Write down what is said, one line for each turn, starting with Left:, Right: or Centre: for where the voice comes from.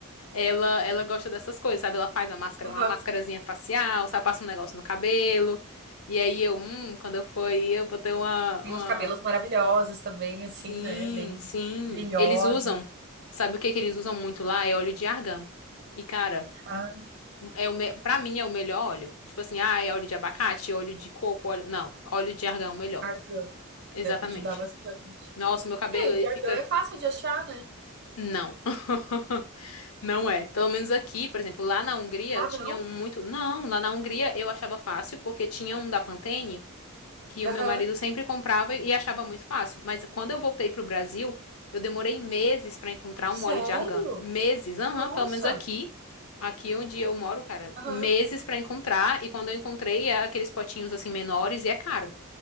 Left: Ela, ela gosta dessas coisas, sabe? Ela faz a máscara,
Right: aham.
Left: uma máscarazinha facial, sabe? Passa um negócio no cabelo. E aí eu, hum, quando eu for aí, eu vou ter uma,
Right: Tem
Left: uma...
Right: os cabelos maravilhosos também,
Left: Sim,
Right: assim, né? Bem
Left: sim.
Right: brilhosos.
Left: Eles usam, sabe o que que eles usam muito lá? É óleo de argan. E, cara.
Right: Ah,
Left: É o me... Pra mim é o melhor óleo. Tipo assim, ah, é óleo de abacate, óleo de coco, óleo. Não, óleo de argão é o melhor.
Right: argan
Left: Exatamente.
Right: deve ajudar bastante.
Left: Nossa, meu cabelo
Right: É, o
Left: ele
Right: de
Left: fica.
Right: argan é fácil de achar, né?
Left: Não. <laughs> Não é. Pelo menos aqui, por exemplo, lá na Hungria
Right: Ah,
Left: tinha
Right: não?
Left: um muito. Não, lá na Hungria eu achava fácil, porque tinha um da Pantene. que
Right: Aham.
Left: o meu marido sempre comprava e achava muito fácil. Mas quando eu voltei pro Brasil, eu demorei meses para encontrar
Right: Sério?
Left: um óleo de argan. Meses, aham,
Right: Nossa.
Left: pelo menos aqui, aqui onde eu moro, cara,
Right: Aham.
Left: meses para encontrar. E quando eu encontrei, é aqueles potinhos assim menores e é caro.